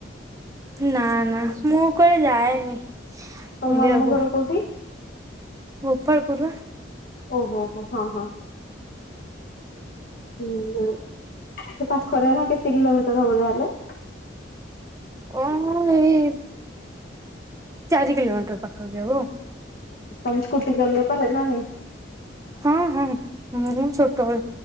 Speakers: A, on the right; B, on the left.
A: ନା ନା ମୁଁ କୁଆଡ଼େ ଯାଏନି
B: ତମ
A: ବୁଲିବାକୁ।
B: ମାମୁଁ ଘର କୋଉଠି?
A: ଗୋପାଳପୁର।
B: ଓହୋ ହୋ ହଁ ହଁ। ହୁଁ ହୁଁ ସେ ପାଖରେ ପା କେତେ କିଲୋମିଟର ହବ ତାହେଲେ?
A: ଓ ହୋ ଏଇ ଚାରି କିଲୋମିଟର ପାଖାପାଖି ହବ।
B: ତମେ ସ୍କୁଟି ଚଲେଇ ପାର ନା ନାଇ?
A: ହଁ ହଁ ମୁଁ ଛୋଟବେଳୁ